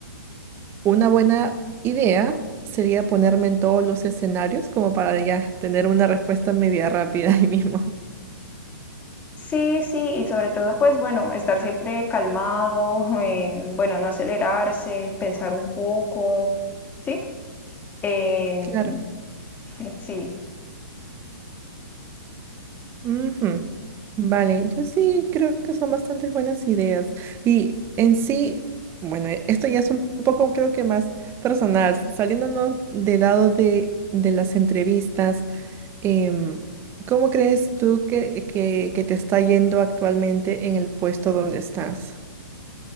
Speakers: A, on the right (about 20°); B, on the left (about 15°).
A: una buena idea sería ponerme en todos los escenarios como para ya tener una respuesta media rápida ahí mismo. <laughs>
B: Sí, sí, y sobre todo, pues bueno, estar siempre calmado, <laughs> em, bueno, no acelerarse, pensar un poco, ¿sí? Em,
A: Claro.
B: <laughs> sí.
A: Ujú. Vale, yo sí creo que son bastantes buenas ideas. Y en sí, bueno, e- esto ya es un poco creo que más personal, saliéndonos del lado de, de las entrevistas, em, ¿cómo crees tú que, que, que te está yendo actualmente en el puesto donde estás?